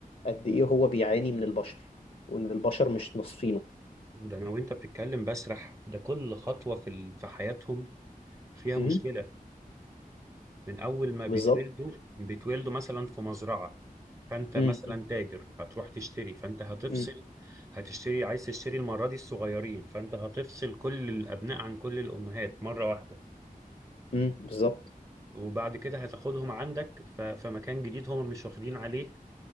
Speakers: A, on the left (about 65°); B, on the right (about 20°).
A: قد ايه هو بيعاني من البشر وان البشر مش نصفينه
B: ده انا وانت بتتكلم بسرح ده كل خطوة في ال... في حياتهم فيها
A: امم
B: مشكلة من اول ما بيتولدوا
A: بالظبط
B: بيتولدوا مثلا في مزرعة فانت مثلا
A: امم
B: تاجر هتروح تشتري فانت هتفصل
A: امم
B: هتشتري عايز تشتري المرة دي الصغيرين فانت هتفصل كل الابناء عن كل الامهات مرة واحدة
A: امم بالظبط
B: وبعد كده هتاخدهم عندك ف- في مكان جديد هم مش واخدين عليه